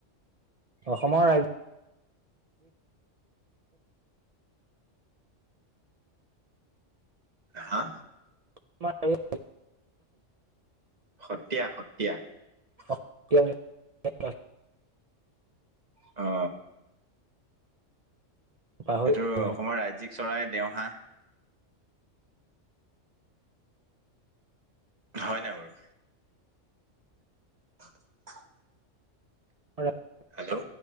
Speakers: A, on the right; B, on the right.
A: অসমৰ ৰা।
B: হা।
A: <unintelligible>
B: সত্ৰীয়া সত্ৰীয়া।
A: <unintelligible>
B: অ।
A: পাহৰিলোঁ
B: ত
A: মানে
B: অসমৰ ৰাজ্যিক চৰাই দেওহা। হয়নাই বাৰু। <unintelligible>
A: <unintelligible>
B: হেল্ল'।